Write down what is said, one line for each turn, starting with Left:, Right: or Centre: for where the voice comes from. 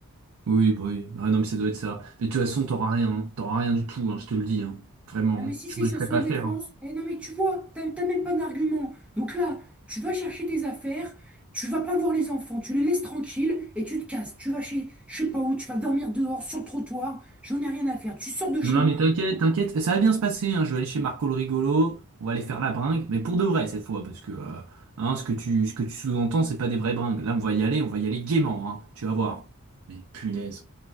Right: Oui, bah oui. Ah non, mais ça doit être ça. Mais de toute façon, t'auras rien, hein. T'auras rien du tout, hein, je te le dis, hein. Vraiment,
Centre: Non, mais
Right: hein.
Centre: si
Right: Je
Centre: c'est
Right: me
Centre: sa
Right: laisserai
Centre: seule
Right: pas faire.
Centre: défense,
Right: hein.
Centre: eh non, mais tu vois, t'as t'as même pas d'argument. Donc là, tu vas chercher tes affaires, tu vas pas voir les enfants, tu les laisses tranquilles et tu te casses. Tu vas chez, je sais pas où, tu vas dormir dehors, sur le trottoir, j'en ai rien à faire. Tu sors de chez
Right: Non,
Centre: moi.
Right: mais t'inquiète, t'inquiète, ça va bien se passer, hein. Je vais aller chez Marco le rigolo, on va aller faire la bringue, mais pour de vrai cette fois, parce que euh, hein, ce que tu, ce que tu sous-entends, c'est pas des vraies bringues. Là, on va y aller, on va y aller gaiement, hein. Tu vas voir. Mais punaise.